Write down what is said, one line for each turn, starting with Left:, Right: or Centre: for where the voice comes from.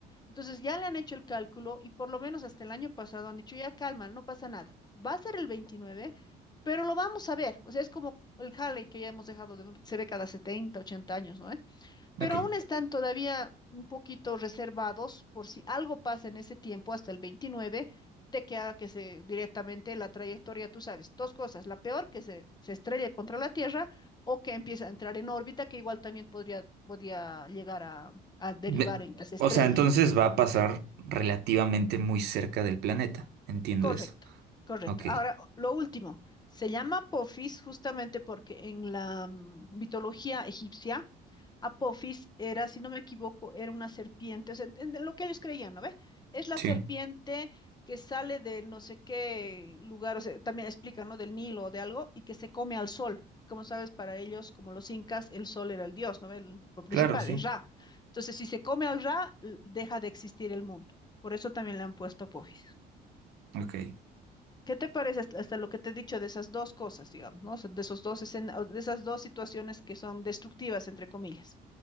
Left: Entonces ya le han hecho el cálculo y por lo menos hasta el año pasado han dicho, ya calma, no pasa nada. Va a ser el 29, pero lo vamos a ver. O sea, es como el Halley que ya hemos dejado de ver, se ve cada 70, 80 años, ¿no? pero
Right: ok.
Left: aún están todavía un poquito reservados por si algo pasa en ese tiempo, hasta el 29, de que haga que se directamente la trayectoria, tú sabes, dos cosas, la peor, que se, se estrelle contra la Tierra o que empiece a entrar en órbita, que igual también podría, podría llegar a, a derivar
Right: Me-
Left: en que se
Right: o
Left: estrella,
Right: sea, entonces
Left: ¿no?
Right: va a pasar relativamente muy cerca del planeta. Entiendo
Left: Correcto,
Right: eso.
Left: correcto.
Right: Ok.
Left: Ahora, lo último, se llama Apophis justamente porque en la mm, mitología egipcia, Apophis era, si no me equivoco, era una serpiente, o sea, en- en lo que ellos creían, ¿no ve? Es la
Right: Sí.
Left: serpiente que sale de no sé qué lugar, o sea, también explica, ¿no? Del Nilo o de algo, y que se come al sol. Y como sabes, para ellos, como los incas, el sol era el dios, ¿no? ve? El, lo principal,
Right: Claro, sí.
Left: el Ra. Entonces, si se come al Ra, l- deja de existir el mundo. Por eso también le han puesto Apophis.
Right: Ok.
Left: ¿Qué te parece hasta, hasta lo que te he dicho de esas dos cosas, digamos, ¿no? O sea, de esos dos escena- o de esas dos situaciones que son destructivas, entre comillas.